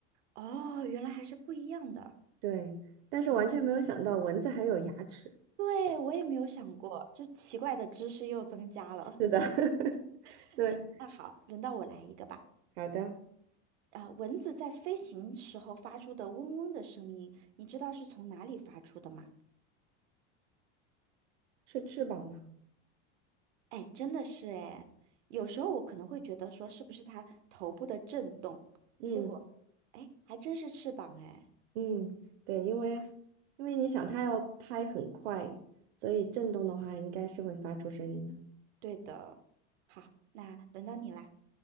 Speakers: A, on the right; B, on the right.
A: 哦，原来还是不一样的。
B: 对，但是完全没有想到蚊子还有牙齿。
A: 哦，对，我也没有想过，这奇怪的知识又增加了。
B: 是的，<laughs>
A: <laughs>
B: 对，
A: 哎，那好，轮到我来一个吧。
B: 好的，
A: 啊、蚊子在飞行时候发出的嗡嗡的声音，你知道是从哪里发出的吗？
B: 是翅膀吗？
A: 哎，真的是哎，有时候我可能会觉得说是不是它头部的震动，
B: 嗯
A: 结果，哎，还真是翅膀哎。
B: 嗯，对，因为
A: 啊，
B: 因为你想它要拍很快，所以震动的话应该是会发出声音的。
A: 对的。好，那轮到你啦。